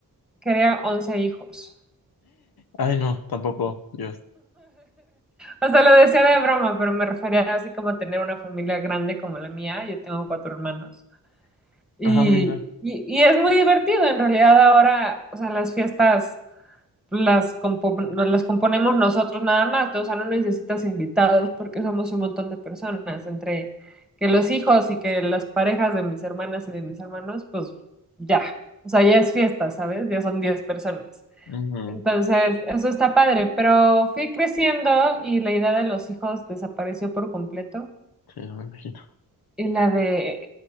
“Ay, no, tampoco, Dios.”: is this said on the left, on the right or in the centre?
Left